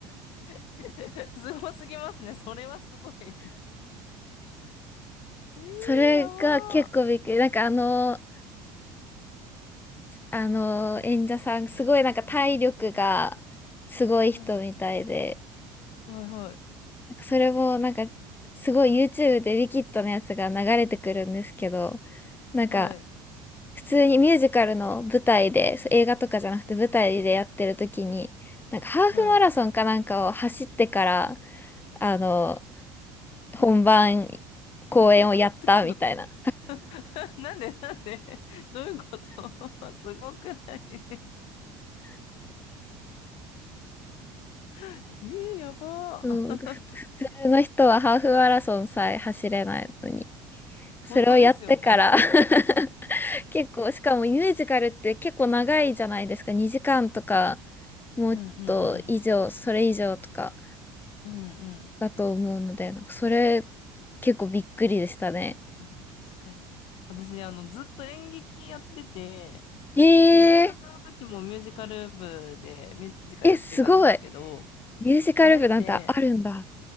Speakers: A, on the left; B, on the left.
A: <laughs> すごすぎますね。それはすごい。<laughs> えー、
B: それが結構びっくり。
A: やば
B: なんかあの、あの演者さん、すごいなんか体力がすごい人みたいで、
A: ー。うん。はいはい。
B: なんかそれもなんかすごい YouTube でウィキッドのやつが流れてくるんですけど、なんか
A: はい。
B: 普通にミュージカルの舞台で、そう映画とかじゃなくて舞台でやってる時に、
A: はい
B: なんかハーフマラソンかなんかを走ってから、
A: はい。
B: あの、本番
A: <laughs>
B: 公演をやったみたいな。
A: えー、どういうこと <laughs> なんでなんで <laughs> どういうこと <laughs> すごくない <laughs> えー、やばー。
B: そう、ふ、普通の人はハーフマラソンさえ走れないのに、
A: <laughs>
B: それをやってから
A: 本当ですよね。
B: <laughs> 結構、しかもミュージカルって結構長いじゃないですか。2時間とか、
A: うん
B: もっと以上、
A: うんうん
B: それ以上とか
A: うんうんうんうん
B: だと思うので、なんかそれ結構びっくりでしたね。
A: いやー確かに私あのずっと演劇やってて
B: えー、
A: で、大学の時もミュージカル部でミュージカルやってたんですけど、
B: え、すごい。ミュージカル部なんてあるんだ。
A: あれって、